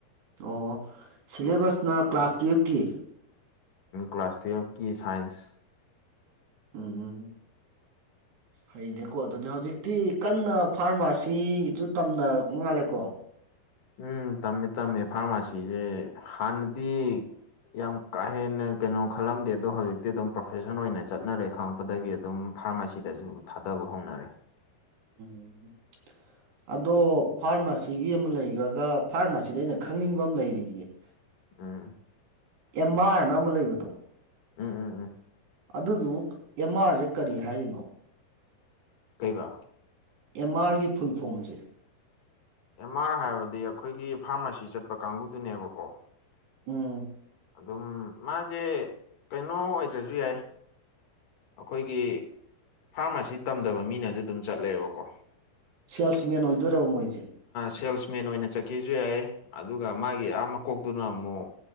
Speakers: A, on the right; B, on the left.
A: ꯑꯣ ꯁꯤꯂꯦꯕꯁꯅ ꯀ꯭ꯂꯥꯁ ꯇꯨꯌꯦꯜꯐꯀꯤ
B: ꯀ꯭ꯂꯥꯁ ꯇꯨꯌꯦꯜꯞꯀꯤ ꯁꯥꯏꯟꯁ
A: ꯎꯝ ꯎ ꯍꯩꯔꯦꯀꯣ ꯑꯗꯨꯗꯤ ꯍꯧꯖꯤꯛꯇꯤ ꯀꯟꯅ ꯐꯥꯔꯃꯥꯁꯤꯗꯨ ꯇꯝꯅꯔꯛ ꯃꯥꯜꯂꯦꯀꯣ
B: ꯎꯝ ꯇꯝꯃꯦ ꯇꯝꯃꯦ ꯐꯥꯔꯃꯥꯁꯤꯁꯦ ꯍꯥꯟꯅꯗꯤ ꯌꯥꯝ ꯀꯥ ꯍꯦꯟꯅ ꯀꯩꯅꯣ ꯈꯜꯂꯝꯗꯦ ꯑꯗꯣ ꯍꯧꯖꯤꯛꯇꯤ ꯑꯗꯨꯝ ꯄ꯭ꯔꯣꯐꯦꯁꯟ ꯑꯣꯏꯅ ꯆꯠꯅꯔꯦ ꯈꯪꯉꯛꯄꯗꯒꯤ ꯑꯗꯨꯝ ꯐꯥꯔꯃꯥꯁꯤꯗꯁꯨ ꯊꯥꯗꯕ ꯍꯧꯅꯔꯦ
A: ꯎꯝ ꯑꯗꯣ ꯐꯥꯔꯃꯥꯁꯤꯒꯤ ꯑꯃ ꯂꯩꯈ꯭ꯔꯒ ꯐꯥꯔꯃꯥꯁꯤꯗ ꯑꯩꯅ ꯈꯪꯅꯤꯡꯕ ꯑꯃ ꯂꯩꯔꯤꯌꯦ <unintelligible>
B: ꯑꯝ
A: ꯑꯃ ꯑꯔꯅ ꯑꯃ ꯂꯩꯕꯗꯣ
B: <unintelligible>
A: ꯑꯗꯨꯗꯨꯕꯨ ꯑꯦꯝ ꯑꯥꯔꯁꯦ ꯀꯔꯤ ꯍꯥꯏꯔꯤꯅꯣ꯫
B: ꯀꯩꯕ꯫
A: ꯑꯦꯝ ꯃꯥꯥꯔꯒꯤ ꯐꯨꯜ ꯐꯣꯝꯁꯦ꯫
B: ꯑꯦꯝ ꯑꯥꯔ ꯍꯥꯏꯕꯗꯤ ꯑꯩꯈꯣꯏꯒꯤ ꯐꯥꯔꯃꯥꯁꯤ ꯆꯠꯄ ꯀꯥꯡꯕꯨꯗꯨꯅꯦꯕꯀꯣ꯫
A: ꯎꯝ꯫
B: ꯑꯗꯨꯝ ꯃꯥꯁꯦ ꯀꯩꯅꯣ ꯑꯣꯏꯗ꯭ꯔꯁꯨ ꯌꯥꯏ꯫ ꯑꯩꯈꯣꯏꯒꯤ ꯐꯥꯔꯃꯥꯁꯤ ꯇꯝꯗꯕ ꯃꯤꯅꯁꯨ ꯑꯗꯨꯝ ꯆꯠꯂꯑꯦꯕꯀꯣ꯫
A: ꯁꯦꯜꯁꯃꯦꯟ ꯑꯣꯏꯗꯣꯏꯔꯕ ꯃꯣꯏꯁꯦ꯫
B: ꯁꯦꯜꯁꯃꯦꯟ ꯑꯣꯏꯅ ꯆꯠꯀꯦꯁꯨ ꯌꯥꯏ ꯑꯗꯨꯒ ꯃꯥꯒꯤ ꯑꯥ ꯃꯀꯣꯛꯇꯨꯅ ꯑꯃꯨꯛ